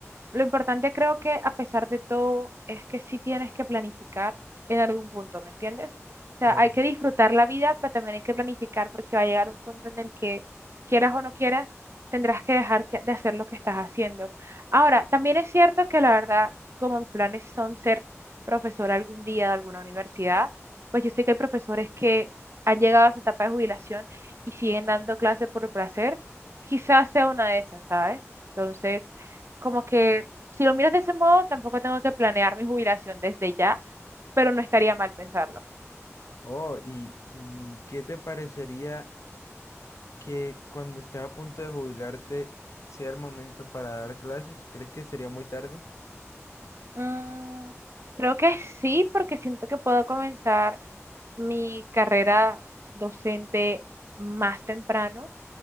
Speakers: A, on the right (about 60°); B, on the left (about 80°).
A: Lo importante creo que a pesar de todo es que sí tienes que planificar en algún punto, ¿me entiendes? O sea,
B: Claro.
A: hay que disfrutar la vida, pero también hay que planificar porque va a llegar un punto en el que quieras o no quieras, tendrás que dejar que- de hacer lo que estás haciendo. Ahora, también es cierto que la verdad, como mis planes son ser profesora algún día de alguna universidad, pues yo sé que hay profesores que han llegado a su etapa de jubilación y siguen dando clases por placer, quizás sea una de esas, ¿sabes? Entonces como que si lo miras de ese modo, tampoco tengo que planear mi jubilación desde ya, pero no estaría mal pensarlo.
B: Oh, y, ¿y qué te parecería? que cuando estés a punto de jubilarte sea el momento para dar clases? ¿Crees que sería muy tarde?
A: Mm, Creo que sí, porque siento que puedo comenzar mi carrera docente más temprano,